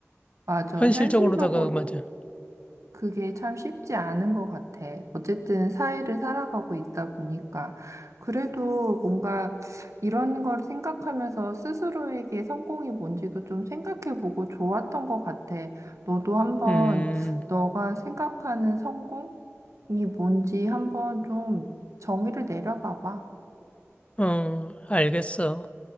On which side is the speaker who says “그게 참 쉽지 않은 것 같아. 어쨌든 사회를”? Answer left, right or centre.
Right